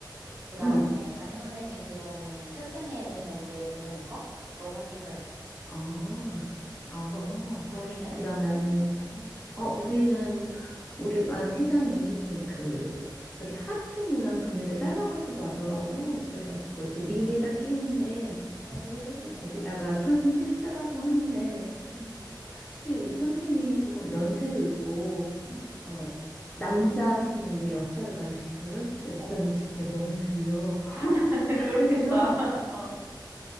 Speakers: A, on the right; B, on the left.
A: 그 다음에
B: 응.
A: 담임 선생님 들어오면은 스승의 은혜 노래 부르는 거로 하기로 했어.
B: 어, 어,
A: 너, 너희는?
B: 그러면은,
A: 응,
B: 어, 우리는, 우리 반 회장이 그,
A: 응,
B: 이렇게 하트 모양 종이를 잘라가지고 왔더라고. 그래서 그거 이렇게 링에다 끼운데,
A: 오.
B: 좀 거기다가 편지 쓰라고 하는데,
A: 응 응,
B: 솔직히 우리 선생님이 조금 연세도 있고,
A: 응.
B: 어, 남자 선생님인데 역사를 가르치시거든? 일단
A: 어
B: 진짜 너무 졸려. <laughs>
A: <laughs> 그렇겠다.
B: 그래서
A: <laughs> 응.